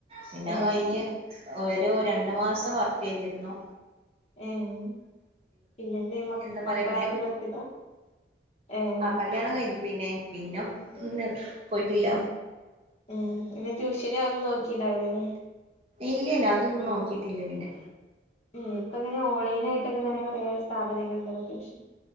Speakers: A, on the right; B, on the left.
A: പിന്നെ
B: ഏ
A: കഴിഞ്ഞ് ഒരു രണ്ട് മാസം വർക്ക് ചെയ്തി ന്നു
B: ഏഹ് പിന്നെന്തെ മക്ക്
A: എന്താ പറയാ
B: മക്കളായപ്പ നിർത്തിയതാ? ഏഹ്
A: ആഹ് കല്ല്യാണം കഴിഞ്ഞു പിന്നെ പിന്നെ നിർ പോയിട്ടില്ല
B: ഏഹ് പിന്നെ ട്യൂഷന് ഒന്നും നോക്കിണ്ടാവിലല്ലേ?
A: ഇല്ല ഇല്ല അതൊന്നും നോക്കിട്ടില്ല പിന്നെ
B: ഉം ഇപ്പങ്ങനെ ഓൺലൈൻനായിട്ട് ത്തക്കെ ഇങ്ങനെ കുറെ സ്ഥാപനങ്ങൾ ഇണ്ടല്ലോ അത്യാശ്യം.